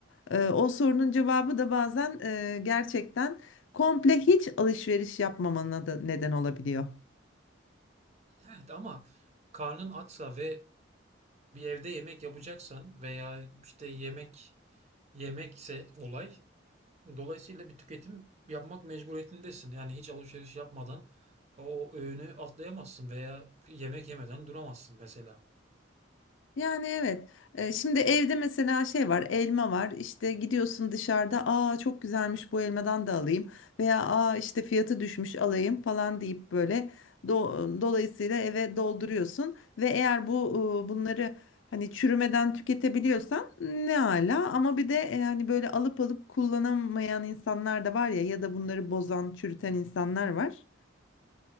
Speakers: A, on the left; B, on the right.
A: Ee, o sorunun cevabı da bazen e, gerçekten komple hiç alışveriş yapmamana da neden olabiliyor.
B: Evet ama karnın açsa ve bir evde yemek yapacaksan veya işte yemek yemekse olay dolayısıyla bir tüketim yapmak mecburiyetindesin. Yani hiç alışveriş yapmadan o öğünü atlayamazsın veya yemek yemeden duramazsın mesela.
A: Yani evet. Ee, şimdi evde mesela şey var, elma var. İşte gidiyorsun dışarıda, aa çok güzelmiş bu elmadan da alayım veya aa işte fiyatı düşmüş alayım falan deyip böyle do- dolayısıyla eve dolduruyorsun ve eğer bu e, bunları hani çürümeden tüketebiliyorsan ne ala ama bir de yani böyle alıp alıp kullanamayan insanlar da var ya ya da bunları bozan, çürüten insanlar var.